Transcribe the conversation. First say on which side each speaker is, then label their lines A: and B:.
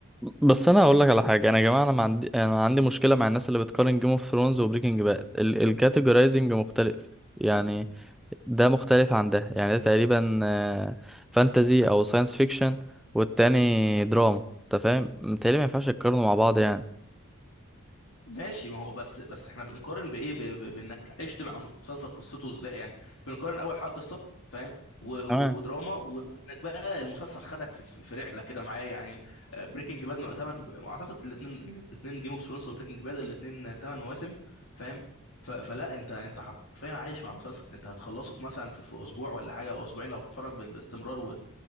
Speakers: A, in the centre; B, on the left.
A: بس انا هقول لك على حاجه انا يا جماعه انا ما عندي انا عندي مشكله مع الناس اللي بتقارن جيم اوف ثرونز وبريكنج باد ال... الكاتيجورايزنج مختلف يعني ده مختلف عن ده يعني ده تقريبا آه، فانتزي او ساينس فيكشن والتاني دراما انت فاهم متهيألي ما ينفعش تقارنوا مع بعض يعني
B: ماشي ما هو بس بس احنا بنقارن بايه ب- ب- بانك عشت مع مسلسل قصته ازاي يعني بنقارن اول حاجه قصه فاهم و- و-
A: تمام
B: ودراما و- وانك بقى المسلسل خدك في, في في رحله كده معاه يعني بريكنج باد اعتقد الاثنين الاثنين جيم اوف ثرونز وبريكنج باد الاثنين ثمان مواسم فاهم ف- فلا انت انت حرفيا عايش مع مسلسل انت هتخلصه في مثلا في, في اسبوع ولا حاجه او اسبوعين لو تتفرج بال- باستمرار